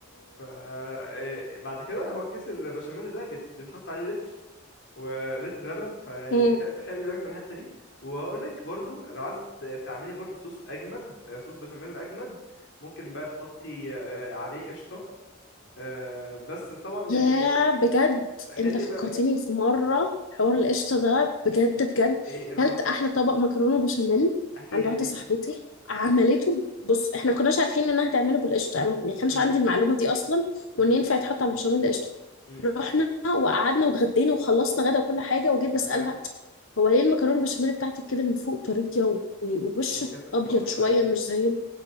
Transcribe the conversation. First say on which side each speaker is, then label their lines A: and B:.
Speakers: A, on the left; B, on the left.
A: ف آه، بعد كده هو كيس البشاميل ده بيت- بيتحط عليه لتر ولتر لبن فيعني
B: مم.
A: خ- خلي بالك من الحته دي وهقول لك برضو لو عايزه ت- تعملي برضو صوص اجمد آه، صوص بشاميل اجمد ممكن بقى تحطي آه، عليه قشطه آه، بس طبعا يعني
B: يا بجد
A: خلي
B: انت فكرتني
A: بالك
B: في مرة حوار القشطة ده بجد بجد
A: ايه اللي
B: كلت
A: حصل
B: أحلى طبق مكرونة بشاميل
A: احكي
B: عند
A: لي احكي
B: واحدة
A: لي
B: صاحبتي عملته بص احنا كناش عارفين انها تعمله بالقشطة انا ما كانش
A: امم
B: عندي المعلومة دي اصلا
A: امم
B: وان ينفع يتحط على البشاميل قشطة
A: امم
B: رحنا وقعدنا واتغدينا وخلصنا غدا وكل حاجة وجيت بسألها
A: تمام
B: هو ليه المكرونة البشاميل بتاعتك كده من فوق طرية و- والوش
A: وكانت
B: أبيض
A: تحفه
B: شوية
A: اكيد
B: مش زي